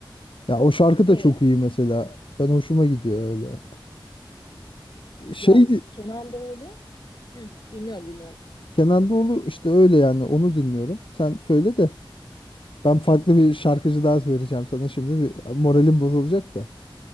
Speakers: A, on the left; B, on the left.
A: Ya o şarkı
B: E
A: da çok iyi mesela. Ben hoşuma gidiyor öyle. Şeydi.
B: ya Kenan Doğulu. Hı, dinliyorum dinliyorum.
A: Kenan Doğulu işte öyle yani onu dinliyorum. Sen söyle de ben farklı bir şarkıcı daha vereceğim sana şimdi bir moralim bozulacak da.